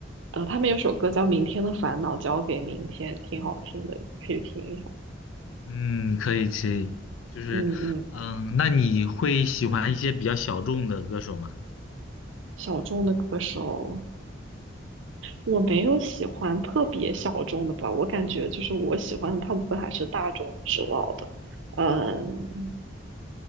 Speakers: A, on the right; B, on the left.
A: 呃，他们有首歌叫《明天的烦恼交给明天》，挺好听的，你可以听一下。
B: 嗯，可以可以，就是嗯，
A: 嗯嗯，
B: 那你会喜欢一些比较小众的歌手吗？
A: 小众的歌手。我没有喜欢特别小众的吧，我感觉就是我喜欢的大部分还是大众知道的，嗯，